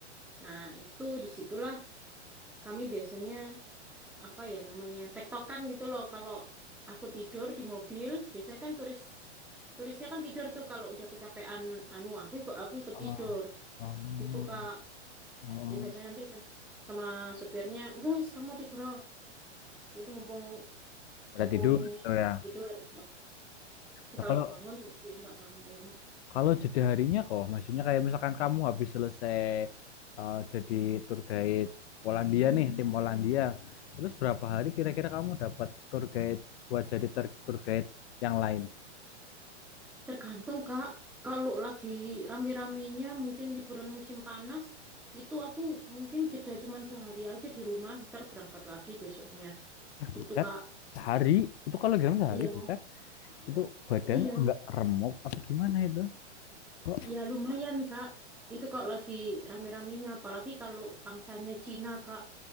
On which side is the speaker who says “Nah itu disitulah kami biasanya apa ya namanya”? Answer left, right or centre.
Centre